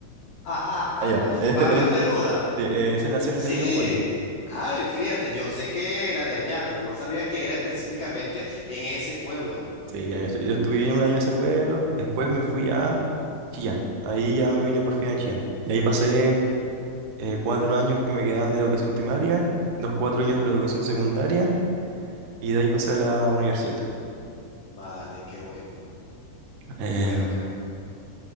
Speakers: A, on the left (about 80°); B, on the right (about 70°).
A: <laughs>
B: Allá, en este,
A: Pablo
B: en este-
A: Neruda.
B: sí, eh, ese nació
A: Sí.
B: en ese mismo pueblo.
A: Ay, fíjate, yo sé que era de allá, pero no sabía que era específicamente en ese pueblo.
B: Sí, ya, yo, estu- yo estuve un año en ese pueblo, después me fui a Chillán. Ahí ya me vine por fin a Chillán. Y ahí pasé eh, cuatro años que me quedaban de educación primaria, los cuatro años de la educación secundaria, y de ahí pasé a la universidad.
A: Vale, qué bueno,
B: Eh,
A: qué bueno, qué bueno.